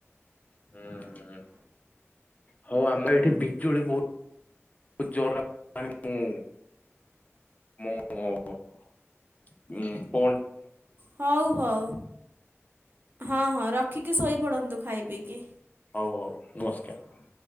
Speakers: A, on the left (about 30°); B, on the right (about 45°).
A: ହଁ ହଁ ହଉ ଆମର ଏଠି ବିଜୁଳି ବହୁ ଜୋର <unintelligible> ମାନେ ମୁଁ ମୁଁ ଉ ପୋ
B: ହଉ ହଉ ହଁ ହଁ ରଖିକି ଶୋଇପଡ଼ନ୍ତୁ ଖାଇ ପିଇକି।
A: ହଉ ହଉ ନମସ୍କାର।